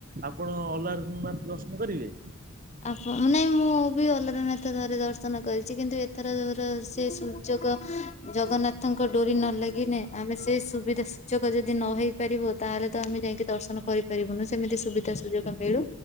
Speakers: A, on the right; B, on the left.
A: ଆପଣ ଅଲାରନାଥ ଦର୍ଶନ କରିବେ?
B: ଆ ନାଇଁ ମୁଁ ବି ଅଲାରନାଥ ଧରେ ଦର୍ଶନ କରିଛି କିନ୍ତୁ ଏଥର ସେ ସୂଚକ ଜଗନ୍ନାଥଙ୍କ ଡୋରି ନ ଲାଗିନେ ଆମେ ସେ ସୁବିଧା ସୁୂଚକ ଯଦି ନ ହେଇ ପାରିବ ତାହେଲେ ତ ଆମେ ଯାଇକି ଦର୍ଶନ କରିପାରିବୁ ନା ସେମିତି ସୁବିଧା ସୁଯୋଗ ମିଳୁ